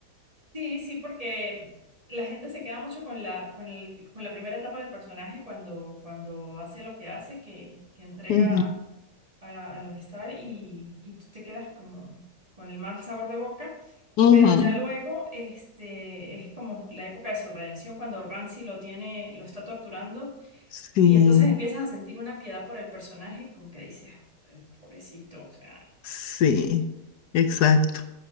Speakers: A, on the right (about 20°); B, on the left (about 70°).
A: Sí, sí, porque la gente se queda mucho con la, con el- con la primera etapa del personaje cuando, cuando hace lo que hace, que, que entrega.
B: Ujú,
A: a, a los estar y, y tú te quedas como con el mal sabor de boca,
B: ujú.
A: pero ya luego este, es como la época de su redención cuando Ramsay lo tiene, lo está torturando
B: Sí,
A: y entonces empiezas a sentir una piedad por el personaje, como que dices, "Ay, pobrecito, o sea,
B: sí, exacto.